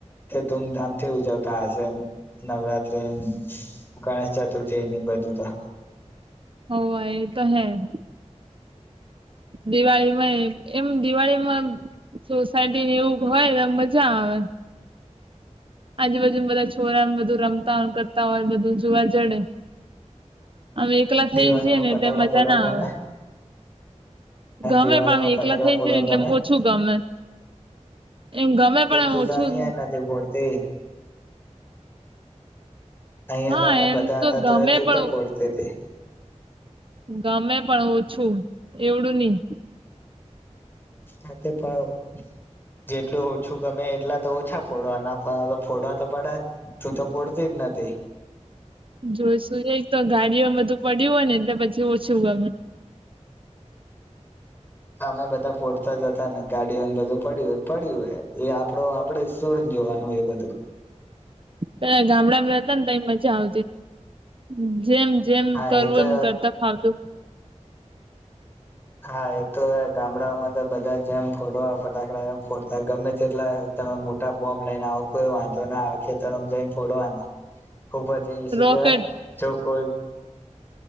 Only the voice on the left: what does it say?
ધૂમધામથી ઉજવતા હશે. નવરાત્રી, ગણેશ ચતુર્થી બધું તો?
દિવાળીમાં
ફટાકડા
ફોડવા
ગમે
દિવાળીમાં
ફટાકડા
ફોડવા
ગમે
એ તું
તો અહિયાં નથી ફોડતી અહિયાં
તો અમે
બધા હતા
તો ત
ક્યાં ફોડતી
હા તે પણ જેટલું ઓછું ગમે એટલા તો ઓછા ફોડવા ના ફોડવા તો પડે તું તો ફોડતી એના તે
અમે બધા ફોટતા જતા ને ગાડીઓને બધું પડ્યું હોય પડ્યું હોય એ આપડો આપડેોડ જોવાનું એ બધું
હા
એ તો
હા એ તો ગામડાઓમાં તો બધા જેમ ફોડવા ફટાકડા એમ ફોડતા ગમે તેટલા ત મોટા બોમ્બ લઈને આવો કોઈ વાંધો ના આવે ખેતર જઈને ફોડવાના
ખૂબધી શું
કેવાય જો કોઈ